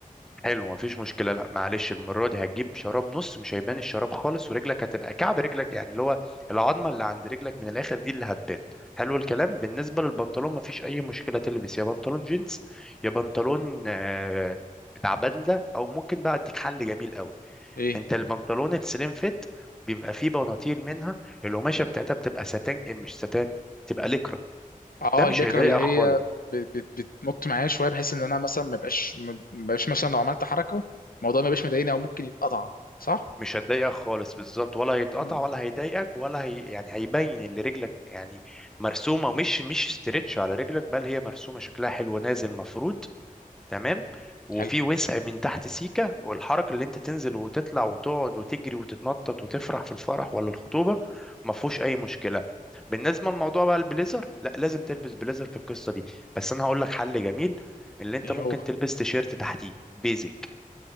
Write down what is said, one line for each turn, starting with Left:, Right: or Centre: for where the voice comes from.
Centre: حلو مفيش مشكلة لا معلش المرة دي هتجيب شراب نص مش هيبان الشراب خالص ورجلك هتبقى كعب رجلك يعني اللي هو العظمة اللي عند رجلك من الآخر دي اللي هتبان حلو الكلام بالنسبة للبنطلون مفيش أي مشكلة تلبس يا بنطلون جينز يا بنطلون آه، بتاع بدلة أو ممكن بقى أديك حل جميل قوي
Left: ايه
Centre: أنت البنطلون السليم فيت بيبقى فيه بناطيل منها القماشة بتاعتها بتبقى ساتان مش ساتان تبقى ليكرا
Left: اه
Centre: ده مش
Left: الليكرا
Centre: هيضايقك
Left: اللي هي
Centre: خالص
Left: ب- بت- بتنط معايا شويه بحيث ان انا مثلا ما بقاش ما بقاش مثلا لو عملت حركه الموضوع ما بقاش مضايقني او ممكن يتقطع صح؟
Centre: مش هتضايقك خالص بالظبط ولا هيتقطع
Left: م- م.
Centre: ولا هيضايقك ولا هي يعني هيبين اللي رجلك يعني مرسومه مش مش استرتش على رجلك بل هي مرسومه شكلها حلو نازل مفروض تمام وفي
Left: حلو
Centre: وسع من تحت سيكه والحركه اللي انت تنزل وتطلع وتقعد وتجري وتتنطط وتفرح في الفرح ولا الخطوبه ما فيهوش اي مشكله بالنسبه للموضوع بقى البليزر لا لازم تلبس بليزر في القصه دي بس انا هقول لك حل جميل اللي انت
Left: ايه
Centre: ممكن
Left: هو
Centre: تلبس تيشيرت تحتيه بيزك